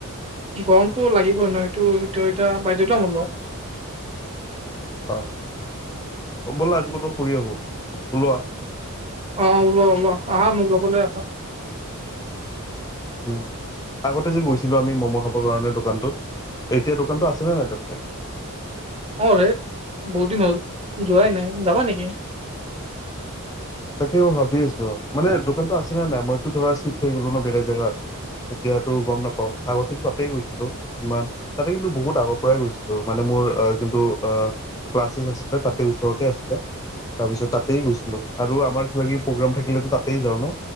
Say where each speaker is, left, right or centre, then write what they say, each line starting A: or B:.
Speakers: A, on the right; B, on the left.
A: গৰমটো লাগিবই নহয় সেটো এটো এতিয়া বাধ্যতামূলক।
B: অ ব'লা আজি কতো ফুৰি আহো ওলোৱা।
A: আহ ওলোৱা ওলোৱা আহা মোক লগলৈ আহা।
B: উম আগতে যে গৈছিলো আমি ম'ম' খাবৰ কাৰণে দোকানটোত এতিয়া দোকানত আ আছেনে নাই তাতে?
A: অ ৰে বহুত দিন হ'ল, যোৱাই নাই যাবা নেকি?
B: তাকে মই ভাবি আছো, মানে দোকানটো আছেনে নাই? মইতো ধৰা চিফ্ট হৈ গলো ন বেলেগ জেগাত। এতিয়াতো গম নাপাওঁ, আগতে কি তাতে গৈছিলো, ইমান তাতে কিন্তু বহুত আগৰ পৰাই গৈছিলো মানে মোৰ যোনটো আহ ক্লাছেছ আছিলে তাতে ওচৰতে আছিলে তাৰপিছত তাতেই গৈছিলোঁ- আৰু আমাৰ কিবা কিবি প্ৰগ্ৰাম থাকিলেতো তাতেই যাওঁ ন